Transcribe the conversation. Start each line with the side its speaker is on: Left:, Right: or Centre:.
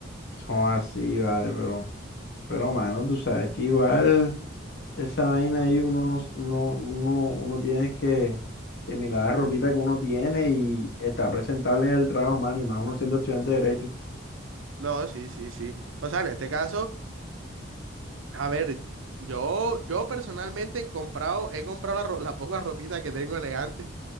Left: Son así, vale, pero, pero, mano, tú sabes que igual. Esa vaina ahí uno no, no, uno, uno tiene que, que mirar la ropita que uno tiene y está presentable en el trabajo, mano, y más uno siendo estudiante de Derecho.
Right: No, sí, sí, sí. O sea, en este caso, a ver, yo, yo personalmente he comprado, he comprado la, ro- la poca ropita que tengo elegante,